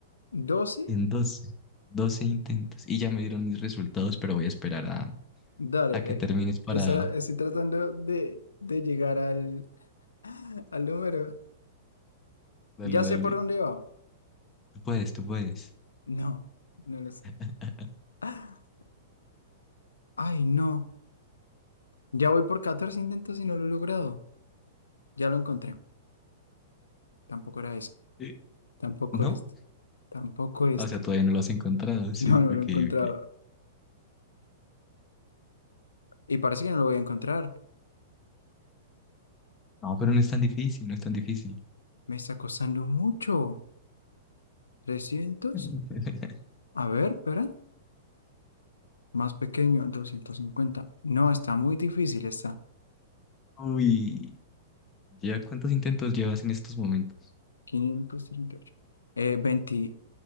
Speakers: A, on the left; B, on the left.
A: Doce,
B: En 12, 12 intentos. Y ya me dieron mis resultados, pero voy a esperar a,
A: Dale.
B: a que
A: eh,
B: termines para...
A: o sea, estoy tratando de, de llegar al, al número.
B: Dale,
A: Ya
B: dale.
A: sé por dónde va.
B: Tú puedes, tú puedes.
A: No, no lo sé.
B: <laughs>
A: ¡Ah! Ay, no. Ya voy por 14 intentos y no lo he logrado. Ya lo encontré. Tampoco era eso.
B: Eh,
A: Tampoco
B: ¿No?
A: este. Tampoco este.
B: O sea, todavía no lo has encontrado. Sí,
A: No, no
B: ok,
A: lo he encontrado.
B: ok.
A: Y parece que no lo voy a encontrar.
B: No, pero no es tan difícil, no es tan difícil.
A: Me está costando mucho. trescientos
B: <laughs>
A: A ver, espera. Más pequeño, doscientos cincuenta No, está muy difícil, está.
B: Uy, ¿ya cuántos intentos llevas en estos momentos?
A: 538. Eh, veinte